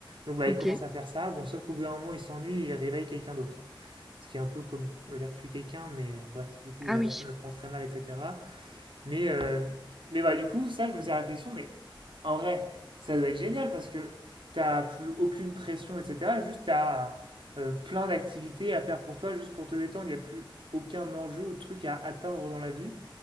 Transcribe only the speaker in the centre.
Ok.
Ah
oui,